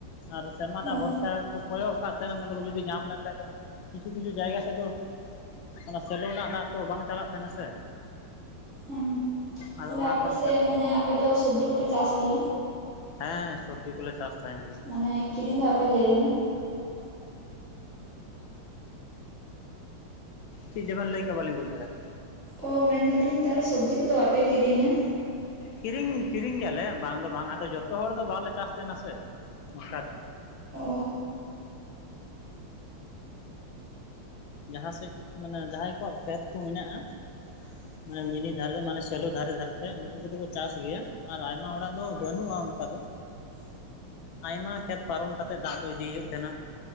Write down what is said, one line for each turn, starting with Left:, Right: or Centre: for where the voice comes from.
Left: ᱟᱨ ᱥᱮᱨᱢᱟ ᱫᱟᱜ
Right: ᱚ
Left: ᱵᱷᱚᱨᱥᱟ ᱠᱚ ᱠᱚᱭᱚᱜ ᱠᱟᱫ ᱛᱟᱦᱮᱱᱟ ᱢᱮᱱᱫᱟᱠᱚ ᱡᱩᱫᱤ ᱧᱟᱢ ᱞᱮᱱᱠᱷᱟᱱᱡ ᱫᱚ ᱠᱤᱪᱷᱩ ᱠᱤᱪᱷᱩ ᱡᱟᱭᱜᱟ ᱥᱮᱫ ᱫᱚ ᱚᱱᱟ ᱥᱮᱞᱳ ᱨᱮᱱᱟᱜ ᱫᱟᱜ ᱛᱚ ᱵᱟᱝ ᱪᱟᱞᱟᱜ ᱛᱟᱦᱮᱱᱟ ᱥᱮ᱾
Right: ᱦᱩᱸ ᱛᱟᱦᱚᱞᱮ
Left: ᱟᱫᱚ ᱚᱱᱟ
Right: ᱟᱯᱮ
Left: ᱠᱚᱨᱮ
Right: ᱥᱮᱫ
Left: ᱥᱮᱱ
Right: ᱢᱟᱱᱮ ᱟᱯᱮ ᱫᱚ ᱥᱚᱵᱡᱤ ᱠᱚᱯᱮ ᱪᱟᱥ ᱜᱮᱭᱟ᱾
Left: ᱦᱮᱸ ᱥᱚᱵᱽᱡᱤ ᱠᱚᱞᱮ ᱪᱟᱥ ᱛᱟᱦᱮᱱ ᱜᱮᱭᱟ᱾
Right: ᱢᱟᱱᱮ ᱠᱤᱨᱤᱧ ᱫᱚ ᱟᱯᱮ ᱠᱤᱨᱤᱧᱟ᱾
Left: ᱪᱮᱫ ᱪᱮᱵᱮᱱ ᱞᱟᱹᱭ ᱠᱮᱜ-ᱟ ᱵᱟᱞᱤᱧ ᱵᱩᱡᱽ ᱫᱟᱲᱭᱟᱫᱟ᱾
Right: ᱳ ᱢᱮᱱᱫᱟᱞᱤᱧ ᱛᱟᱦᱚᱞᱮ ᱥᱚᱵᱽᱡᱤ ᱠᱚᱫᱚ ᱵᱟᱯᱮ ᱠᱤᱨᱤᱧᱟ᱾
Left: ᱠᱤᱨᱤᱧ ᱠᱤᱨᱤᱧ ᱜᱮᱭᱟᱞᱮ ᱵᱟᱝ ᱫᱚ ᱵᱟᱝ ᱟᱫᱚ ᱡᱚᱛᱚ ᱦᱚᱲ ᱫᱚ ᱵᱟᱞᱮ ᱪᱟᱥ ᱛᱟᱦᱮᱸᱱᱟ ᱥᱮ᱾ ᱚᱱᱠᱟ ᱫᱚ᱾
Right: ᱚᱻ
Left: ᱡᱟᱦᱟᱸ ᱥᱮᱫ ᱢᱟᱱᱮ ᱡᱟᱦᱟᱸᱭ ᱠᱚᱣᱟᱜ ᱠᱷᱮᱛ ᱠᱚ ᱢᱮᱱᱟᱜᱼᱟ
Right: <unintelligible>
Left: ᱢᱟᱱᱮ ᱢᱤᱱᱤ ᱫᱷᱟᱨᱮ ᱨᱮ ᱢᱟᱱᱮ ᱥᱮᱞᱚ ᱫᱷᱟᱨᱮ ᱫᱷᱟᱨᱮᱛᱮ ᱩᱱᱠᱩ ᱠᱚᱫᱚ ᱠᱚ ᱪᱟᱥ ᱜᱮᱭᱟ ᱟᱨ ᱟᱭᱢᱟ ᱦᱚᱲᱟᱜ ᱫᱚ ᱵᱟᱹᱱᱩᱜᱼᱟ ᱚᱱᱠᱟ ᱫᱚ᱾
Right: <unintelligible>
Left: ᱟᱭᱢᱟ ᱠᱷᱮᱛ ᱯᱟᱨᱚᱢ ᱠᱟᱛᱮᱫ ᱫᱟᱜ ᱫᱚ ᱤᱫᱤ ᱦᱩᱭᱩᱜ ᱛᱟᱦᱮᱱᱟ᱾